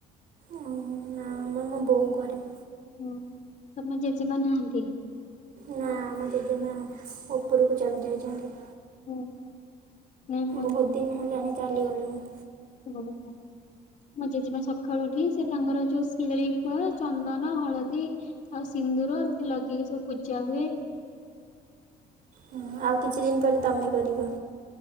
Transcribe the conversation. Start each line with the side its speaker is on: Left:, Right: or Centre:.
Right: ଓ ନା ଆମର ମୋ ବୋଉ କରେ
Left: ଓ ତମ ଜେଜେମା ନାହାନ୍ତି?
Right: ନା ଆମର ଜେଜେମା ଉପରକୁ ଚାଲି ଯାଇଛନ୍ତି।
Left: ହୁଁ, ହୁଁ। ନାଇଁ
Right: ବହୁତ ଦିନ ହେଲାଣି ଚାଲିଗଲେଣି।
Left: ଓହୋ ମଁ ଜେଜେମା ସକାଳୁ ଉଠି ସେ ତାଙ୍କର ଯୋଉ ଶିଳି ଫୁଆ ଚନ୍ଦନ ହଳଦୀ ଆଉ ସିନ୍ଦୁର ଏମିତି ଲଗେଇକି ସବୁ ପୂଜା ହୁଏ।
Right: ହ ଆଉ କିଛି ଦିନ ପରେ ତମେ କରିବ।